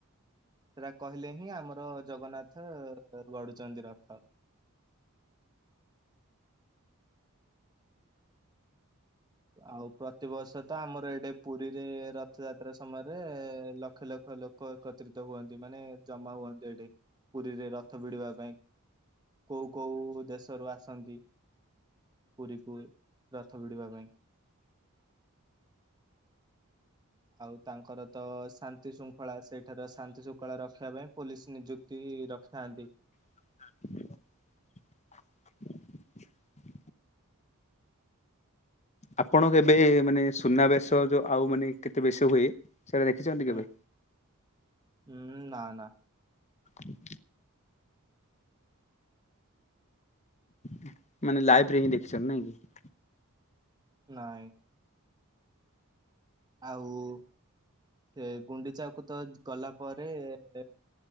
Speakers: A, on the right; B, on the left.
A: ସେଇଟା କହିଲେ ହିଁ ଆମର ଜଗନ୍ନାଥ ଗଡୁଛନ୍ତି ରଥ। ଆଉ ପ୍ରତିବର୍ଷ ତ ଆମର ଏଟେ ପୁରୀରେ ରଥଯାତ ତ୍ରା ସମୟରେ ଲକ୍ଷ ଲକ୍ଷ ଲୋକ ଏକତ୍ରିତ ହୁଅନ୍ତି ମାନେ ଜମା ହୁଅନ୍ତି ଏଠି। ପୁରୀରେ ରଥ ବିଢ଼ୀବା ପାଇଁ କୋଉ କୋଉ ଦେଶରୁ ଆସନ୍ତି। ପୁରୀକୁ ରଥ ବିିଢିବା ପାଇଁ। ଆଉ ତାଙ୍କର ତ ଶାନ୍ତି ଶୃଙ୍ଖଳା ସେଇଠାରେ ଶାନ୍ତି ଶୃଙ୍ଖଳା ରଖିବା ପାଇଁ ପୋଲିସ ନିଯୁକ୍ତି ତି ରଖିଥାନ୍ତି।
B: <inaudible> ଆପଣଙ୍କ କେବେ ମାନେ ସୁନାବେଶ ଯୋଉ ଆଉ ମାନେ କେତେ ବେଶ ହୁଏ ସେଇଟା ଦେଖିଛନ୍ତି କେବେ?
A: ହୁଁ ହୁଁ ନା ନା
B: ନାଁ ନାଁ ନା। ମାନେ ଲାଇଭ ରେ ହିଁ ଦେଖିଛନ୍ତି ନାଇଁ କି?
A: ନାଇଁ। ଆଉ ସେ ଗୁଣ୍ଡିଚାକୁ ତ ଗଲା ପରେ ଏ